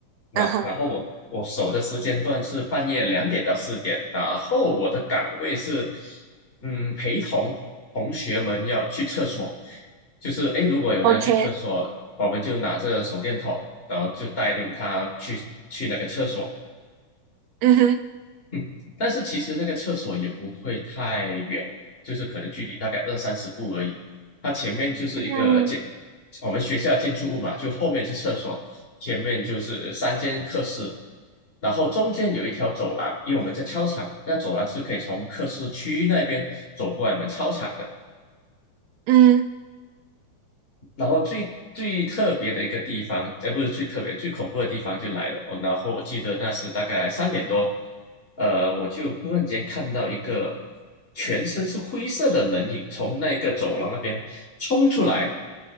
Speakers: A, on the left; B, on the right.
A: 那然后我我守的时间段是半夜两点到四点，
B: 嗯哼
A: 然后我的岗位是，嗯，陪同同学们要去厕所，就是诶，如果有人要去厕所，
B: ，OK，
A: 我们就拿着手电筒，然后就带领他去去那个厕所。
B: 嗯哼
A: 嗯，但是其实那个厕所也不会太远，就是可能距离大概二三十步而已。它前面就是一个建，
B: 嗯。
A: 我们学校建筑物嘛，就后面是厕所，前面就是三间课室，然后中间有一条走廊，因为我们在操场嘛，那走廊是可以从课室区那边走过来我们操场的。
B: 嗯，<laughs>
A: 然后最最特别的一个地方，哎，不是最特别，最恐怖的地方就来了。哦，然后我记得那是大概三点多，呃，我就忽然间看到一个全身是灰色的人影从那个走廊那边冲出来，